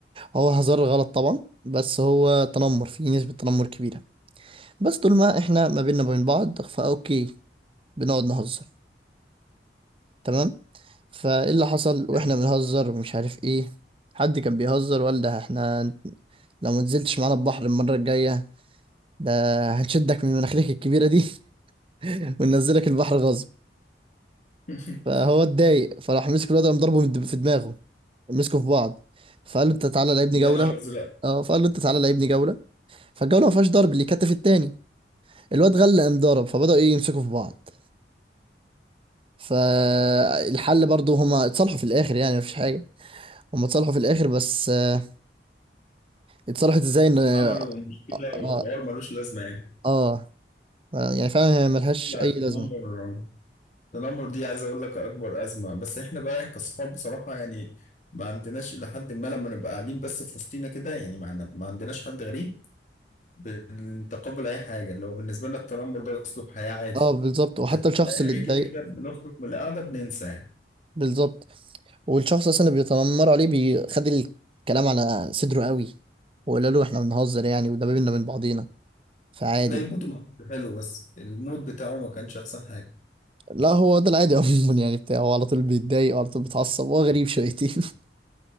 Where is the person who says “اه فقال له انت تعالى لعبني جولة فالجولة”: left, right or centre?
Right